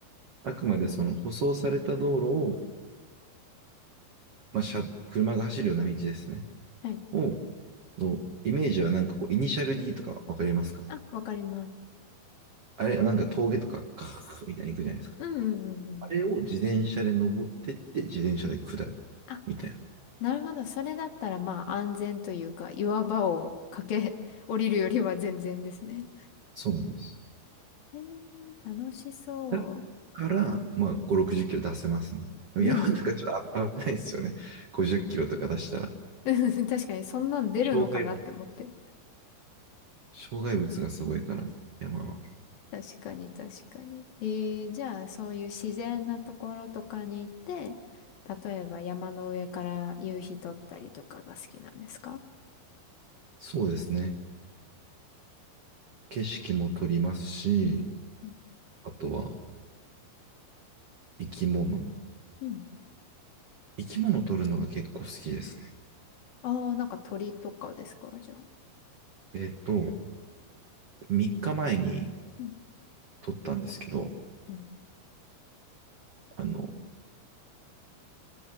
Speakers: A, on the right; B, on the left.
A: あくまでその舗装された道路を、まあ、車、車が走るような道ですね。
B: はい。
A: を、のイメージはなんかこう、イニシャル D とかわかりますか
B: あ、わかります。
A: あれ、なんか峠とか、カーッみたいに行くじゃないですか。
B: うん、うん、うん、うん。
A: あれを自転車で登ってって、自転車で下る。
B: あ、
A: みたいな。
B: なるほど。それだったらまあ安全というか、岩場を駆け降りるよりは全然ですね。
A: そうなんです。
B: えー、楽しそ
A: だから、まあ、5、60キロ出せますね。でも山とかちょっと危危ないですよね。
B: う。うん。
A: 50キロとか出したら。
B: <laughs> 確かに、そんなん出るのかなって思って。
A: 障害物。障害物がすごいから、山は。
B: 確かに、確かに。えー、じゃあ、そういう自然なところとかに行って、例えば山の上から夕日撮ったりとかが好きなんですか
A: そうですね。景色も撮りますし、
B: うん。
A: あとは生き物。
B: うん。
A: 生き物撮るのが結構好きですね。
B: ああ、なんか鳥とかですかじゃあ。
A: えっと、3日前に
B: うん。
A: 撮ったんですけど、
B: うん。
A: あの、